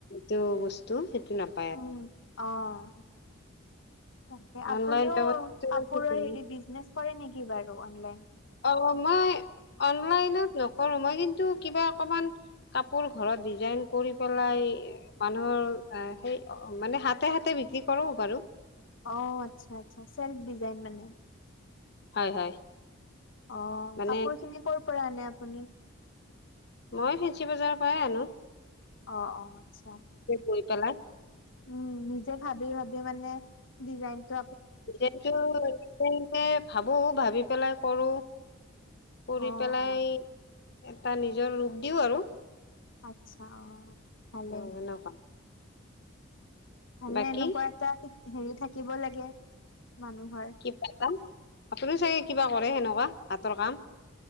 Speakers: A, on the left; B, on the left.
A: টো বস্তু সিটো নাপাই।
B: উম। অ', তাকে আপুনিও
A: অনলাইন ব্যৱস্থাটো
B: কাপোৰৰ
A: ঠিক নাই
B: হেৰি বিজনেচ। কৰে নেকি বাৰু অনলাইন।
A: অ', মই অনলাইনত নকৰো মই কিন্তু কিবা অকমান। কাপোৰ ঘৰত ডিজাইন কৰি পেলাই। মানুহৰ এ সেই মানে হাতে, হাতে বিক্ৰী কৰো বাৰু।
B: অ', আচ্ছা, আচ্ছা চেল্ফ ডিজাইন মানে।
A: হয়, হয়।
B: অ',
A: মানে
B: কাপোৰ খিনি কৰ'ৰ পৰা আনে আপুনি?
A: মই ফেঞ্চি বজাৰৰ পৰাই আনো।
B: অ', অ'আচ্ছা।
A: গৈ পেলাই।
B: উম, নিজে ভাবি ভাবি মানে ডিজাইন টো।
A: এতিয়া টো ভাবো ভাবি পেলাই কৰোঁ। কৰি
B: অ
A: পেলাই
B: অ
A: এটা নিজৰ ৰূপ দিওঁ আৰু।
B: আচ্ছা অ', ভালে।
A: অ সেনেকুৱা
B: ভালে
A: বাকী
B: এনেকুৱা এটা হেৰি থাকিব লাগে মানুহৰ।
A: কিবা এটা আপুনি চাগে কিবা কৰে সেনেকুৱা হাতৰ কাম।